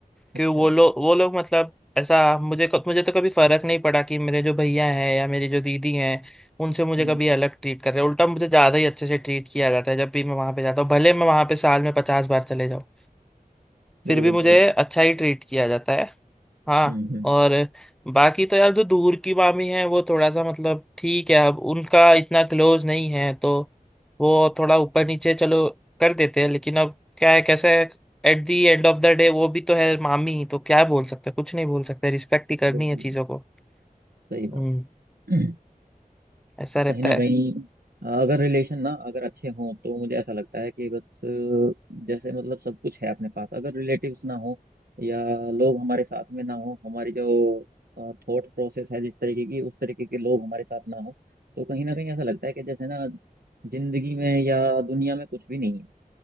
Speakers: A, on the right (about 85°); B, in the centre.
A: अच्छा
B: कि वो लोग वो लोग मतलब ऐसा मुझे मुझे तो कभी फर्क नहीं पड़ा कि मेरे जो भैया हैं या मेरी जो दीदी हैं उनसे मुझे
A: हम्म
B: कभी अलग ट्रीट कर रहे हैं उल्टा मुझे ज़्यादा ही अच्छे से ट्रीट किया जाता है जब भी मैं वहाँ पे जाता हूँ भले मैं वहाँ पे साल में पचास बार चले जाऊँ फिर
A: बिल्कुल
B: भी मुझे
A: सही बात
B: अच्छा ही ट्रीट किया जाता है हाँ
A: हम्म हम्म
B: और बाकी तो यार जो दूर की मामी है वो थोड़ा सा मतलब ठीक है अब उनका इतना क्लोज नहीं है तो वो थोड़ा ऊपर नीचे चलो कर देते हैं लेकिन अब क्या है कैसे at the end of the day वो भी तो है मामी तो क्या बोल सकते हैं? कुछ नहीं बोल सकते रिस्पेक्ट ही करनी
A: बिल्कुल
B: है चीज़ों को
A: सही बात
B: हम्म
A: है <clears throat>
B: ऐसा
A: पर कहीं
B: रहता
A: ना
B: है
A: कहीं अ, अगर रिलेशन ना अगर अच्छे हों तो मुझे ऐसा लगता है कि बस अ, जैसे मतलब सब कुछ है अपने पास अगर रिलेटिव्स ना हो या लोग हमारे साथ में ना हो हमारी जो थॉट प्रोसेस है जिस तरीके की उस तरीके के लोग हमारे साथ ना हो तो कहीं ना कहीं ऐसा लगता है कि जैसे ना जिंदगी में या दुनिया में कुछ भी नहीं है